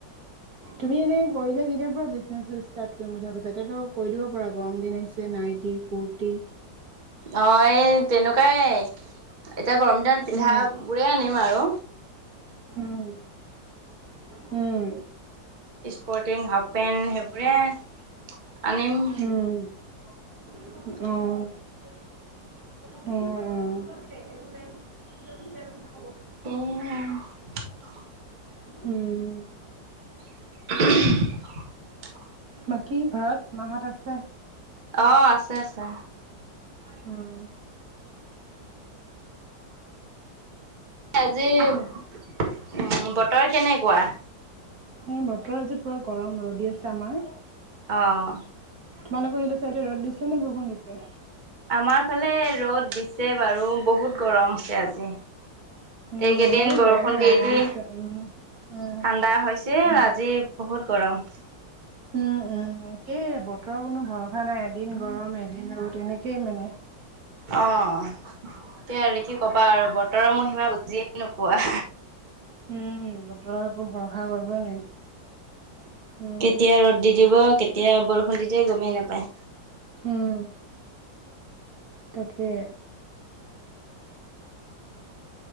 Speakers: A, on the right; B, on the right.
A: তুমি এনেই কৰিলে কেতিয়াৰ পৰা বিজনেছ ষ্টাৰ্ট কৰিম বুলি ভাবিছা? এতিয়াতো কৰি দিব পাৰা গৰম দিন আহিছে। নাইটি কুৰ্টি
B: অ' এই তেনেকুৱাই। এতিয়া গৰম দিনত পিন্ধাবোৰে
A: উম
B: আনিম। আৰু।
A: হুম, হুম।
B: স্পৰ্টিং, হাফপেণ্ট সেইবোৰে আনিম।
A: উম অ'। অ' অ'।
B: <unintelligible>
A: উম।
B: <unintelligible>
A: বাকী ঘৰত মাহঁত আছে?
B: অ' আছে আছে।
A: উম।
B: আজি উ বতৰ কেনেকুৱা?
A: এ বতৰ আজি পুৰা গৰম ৰ'দ দি আছে আমাৰ।
B: অ'।
A: তোমালোকৰ সেইটো চাইডে ৰ'দ দিছে নে বৰষুণ দিছে?
B: আমাৰ ফালে ৰ'দ দিছে বাৰু! বহুত গৰম হৈছে আজি।
A: উম
B: এইকেইদিন
A: আমাৰো
B: বৰষুণ
A: গৰমে
B: দি
A: ৰ'দ
B: দি,
A: দিছে উম উম
B: ঠাণ্ডা হৈছে আজি।
A: উম।
B: বহুত গৰম
A: উম উম, এই বতৰৰ কোনো ভৰষা নাই এদিন গৰম, এদিন ৰ'দ এনেকে কেই মানে
B: অ' তাকেই আৰু কি ক'বা আৰু! বতৰৰ মহিমা বুজিয়ে নোপোৱা।
A: উম বতৰৰ একো ভৰষা কৰিব নোৱাৰি। উম,
B: কেতিয়া ৰ'দ দি দিব, কেতিয়া বৰষুণ দি দিয়ে গমেই নাপায়।
A: উম, তাকে